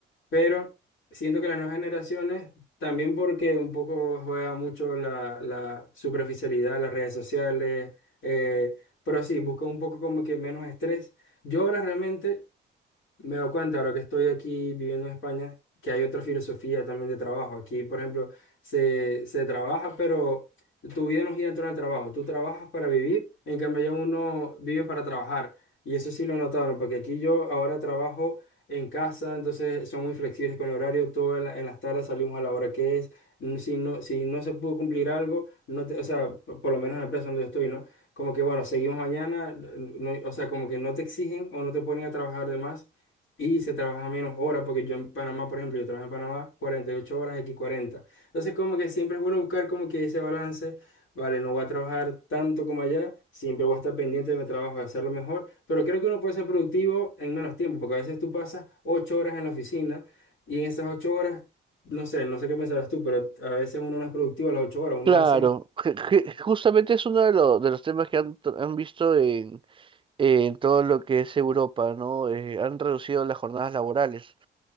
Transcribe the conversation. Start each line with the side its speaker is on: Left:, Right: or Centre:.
Left: Pero siento que las nuevas generaciones, también porque un poco juega mucho la, la superficialidad, las redes sociales, eh, pero sí, busca un poco como que menos estrés. Yo ahora realmente... Me doy cuenta ahora que estoy aquí viviendo en España que hay otra filosofía también de trabajo. Aquí, por ejemplo, se, se trabaja, pero tu vida no gira en torno al trabajo. Tú trabajas para vivir, en cambio allá uno vive para trabajar. Y eso sí lo notaron, porque aquí yo ahora trabajo en casa, entonces son muy flexibles con el horario. Todo en, la- en las tardes salimos a la hora que es. Mm, Si no, si no se pudo cumplir algo, no te- o sea, por por lo menos en la empresa donde yo estoy, ¿no? Como que bueno, seguimos mañana, no- o sea, como que no te exigen o no te ponen a trabajar de más y se trabaja menos horas, porque yo en Panamá, por ejemplo, yo trabajo en Panamá 48 horas, aquí cuarenta Entonces, como que siempre es bueno buscar como que ese balance, vale, no voy a trabajar tanto como allá, siempre voy a estar pendiente de mi trabajo, de hacerlo mejor, pero creo que uno puede ser productivo en menos tiempo, porque a veces tú pasas 8 horas en la oficina y en esas 8 horas, no sé, no sé qué pensarás tú, pero a veces uno no es productivo a las 8 horas, uno
Right: Claro,
Left: a veces
Right: je- je- justamente es uno de, lo- de los temas que han, tr- han visto en, en todo lo que es Europa, ¿no? Eh, han reducido las jornadas laborales.